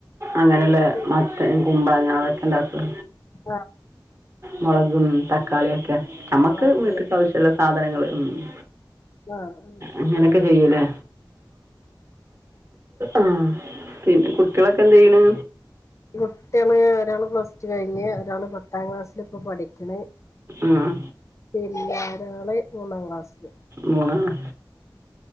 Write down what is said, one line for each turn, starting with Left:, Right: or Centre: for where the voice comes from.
Right: അങ്ങനൊള്ളെ
Left: ഉം
Right: മറ്റ് കുമ്പളങ്ങ അതൊക്കെണ്ടാക്കോ
Left: ആ
Right: മുളകും തക്കാളിയൊക്കെ നമുക്ക്
Left: കോളേജ്
Right: വീട്ട്ക്ക് ആവശ്യള്ള സാധനങ്ങള് മ്മ്
Left: ആഹ്
Right: അങ്ങനൊക്കെ
Left: അങ്ങനെ
Right: ചെയ്യുലേ ആഹ് പിന്നെ കുട്ടികളൊക്കെ എന്തെയ്ണ്
Left: കുട്ട്യള് ഒരാള് പ്ലസ് ടു കഴിഞ്ഞ് ഒരാള് പത്താം ക്ലാസ്സില് ഇപ്പ പഠിക്ക്ണ്
Right: ആഹ്
Left: പിന്നൊരാള് മൂന്നാം ക്ലാസില്
Right: മൂന്ന ണ്ണൊ